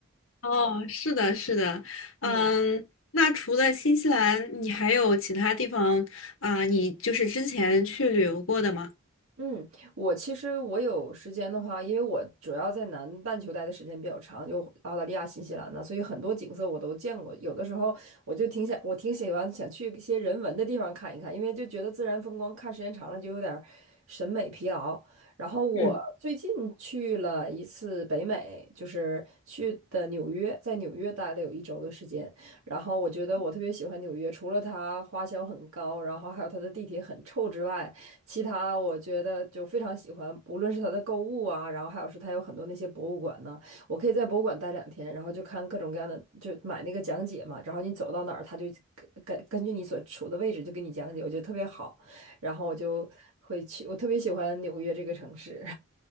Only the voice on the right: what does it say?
嗯
嗯，我其实我有时间的话，因为我主要在南半球待的时间比较长，就澳大利亚、新西兰呢，所以很多景色我都见过。有的时候我就挺想，我挺喜欢想去一些人文的地方看一看，因为就觉得自然风光看时间长了就有点儿审美疲劳。然后我最近去了一次北美，
就是去的纽约，在纽约待了有一周的时间。然后我觉得我特别喜欢纽约，除了它花销很高，然后还有它的地铁很臭之外。其他我觉得就非常喜欢，无论是它的购物啊，然后还有是它有很多那些博物馆呢，我可以在博物馆待两天，然后就看各种各样的，就买那个讲解嘛，然后你走到哪儿，它就根根根据你所处的位置就给你讲解，我觉得特别好，然后我就会去，我特别喜欢纽约这个城市。